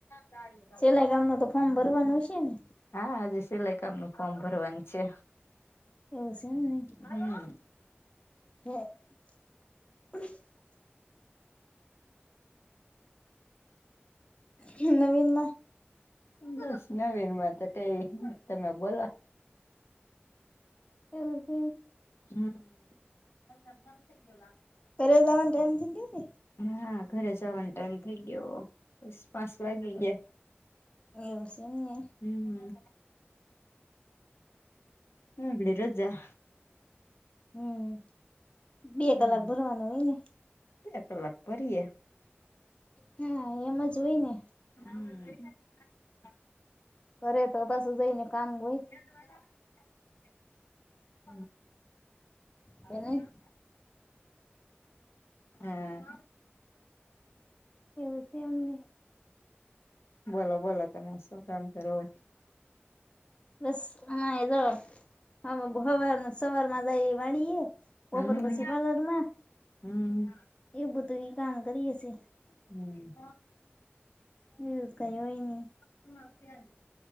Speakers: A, on the left; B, on the left.
A: દાઢતો
B: સિલાઈ
A: દાઢ
B: કામ ન તો ફોર્મ ભરવાનું હશે ને
A: હા આજે સિલાઈ કામ ન ફોર્મ ભરવાનું છે
B: એવું છે એમ નહી
A: હમ
B: હમ નવીનમાં
A: બસ નવીનમાં તો કઈ તમે બોલો
B: એવ
A: હમ
B: પલા જમાને ટાઈમ હો ને
A: હા ઘરે જવાનો ટાઈમ થઇ ગયો બસ પાંચ વાગી ગયા
B: એવસીમને
A: હમ હમ હમ બળી રોજા
B: હમ બે
A: હમ
B: કલાક ભરવાનું હોય ને
A: બે કલાક પરીએ
B: હા એમાં જો હોય ને
A: હમ
B: કરરે તો પાછું જઈ ને કામ હોય
A: <inaudible>
B: કે નહી
A: હમ
B: એવું છે એમને
A: બોલો બોલો તમે શું કામ કરો છો
B: બસ હ એ જો હ સવાર સવાર એ વાળીએે કોપર
A: હમ
B: પછિ પારલારમાં
A: હમ
B: એ બધુરી ક કરીએશે
A: હમ
B: બિઝ કરી હોયની
A: સ્તી હડી